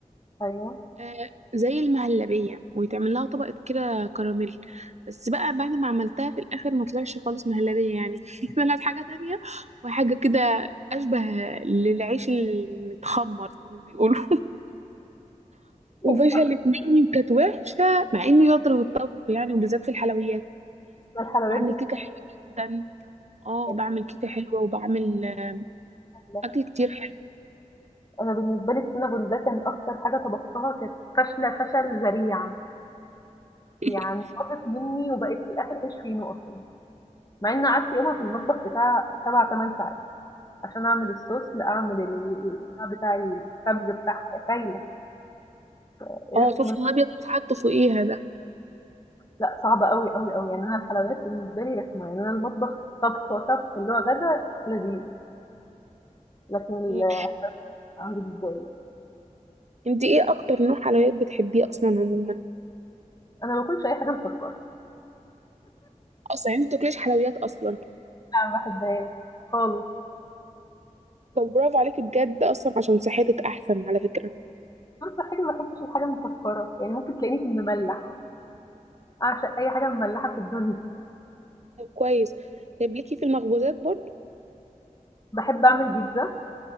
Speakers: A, on the left; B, on the right.
A: أيوه.
B: آه، زي المهلبية ويتعمل لها طبقة كده كراميل بس بقى بعد ما عملتها في الآخر ما طلعش خالص مهلبية يعني <laughs> طلعت حاجة تانية وحاجة كده أشبه للعيش المتخمر زي ما بيقولوا <laughs>
A: <laughs>
B: وفشلت مني كانت وحشة مع إني شاطرة في الطبخ يعني وبالذات في الحلويات
A: أنا الحلويات
B: بعمل
A: بالنسبة
B: كيكة حلوة جدا اه
A: لي
B: بعمل كيكة حلوة وبعمل آه،
A: سهلة،
B: أكل كتير حلو
A: أنا بالنسبة لي الcinnamon ده كان أكتر حاجة طبختها كانت فاشلة فشل ذريع،
B: <laughs>
A: يعني باظت منّي وبقت في الآخر عيش فينو أصلًا، مع إنّي قعدت يومها في المطبخ بتاع 7، 8 ساعات عشان أعمل الSauce لأعمل ال البتاع بتاع الخبز بتاعها، خايلة، قرفت
B: اه صوص
A: منّه.
B: الأبيض اللي بيتحط فوقيها ده
A: لأ، صعبة أوي، أوي، أوي، يعني أنا الحلويات بالنسبة لي رخمة، يعني أنا المطبخ طبخ وطبخ اللي هو غدا لذيذ، لكن ال
B: مم.
A: <unintelligible> بالنسبة لي
B: انت ايه اكتر نوع حلويات بتحبيه اصلا عموما
A: أنا ما باكلش أي حاجة مسكّرة،
B: اصلا انت بتاكليش حلويات اصلا
A: لا ما باحبهاش خالص،
B: طب برافو عليكي بجد اصلا عشان صحتك احسن على فكره
A: أنا صحّيا ما باحبش الحاجة المسكّرة، يعني ممكن تلاقيني في المملّح، أعشق أي حاجة مملّحة في الدنيا،
B: طب كويس طب ليكي في المخبوزات برضو
A: باحب أعمل بيتزا